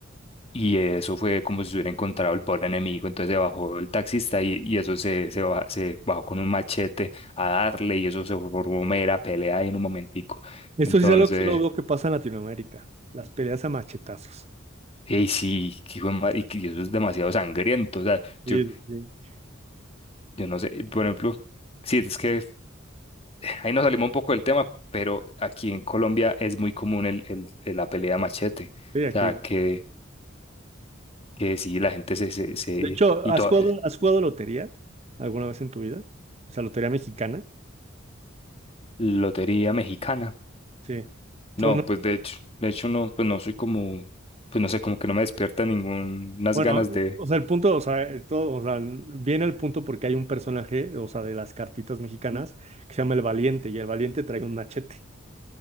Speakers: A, on the left (about 30°); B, on the right (about 35°).
A: Y eso fue como si se hubiera encontrado el pobre enemigo. Entonces se bajó el taxista y, y eso se, se, baja- se bajó con un machete a darle y eso se formó mera pelea ahí en un momentico.
B: Esto
A: Entonces,
B: sí es algo que solo veo que pasa en Latinoamérica, las peleas a machetazos.
A: hey, sí, que hijo de ma- y que eso es demasiado sangriento. O sea,
B: Sí,
A: yo,
B: sí, sí.
A: yo no sé, por ejemplo, sí, es que ahí nos salimos un poco del tema, pero aquí en Colombia es muy común el, el- el- la pelea machete.
B: Sí, aquí.
A: O sea, que, que sí, la gente se... se, se-
B: De hecho,
A: y
B: ¿has
A: toda,
B: jugado, has jugado lotería alguna vez en tu vida? O sea, lotería mexicana.
A: lotería mexicana.
B: Sí.
A: No,
B: Son unas-
A: pues de hecho, de hecho no, pues no soy como, pues no sé, como que no me despierta ningunas
B: bueno,
A: ganas de,
B: o sea, el punto, o sea, esto, o sea, viene el punto porque hay un personaje, o sea, de las cartitas mexicanas que se llama El Valiente y el Valiente trae un machete.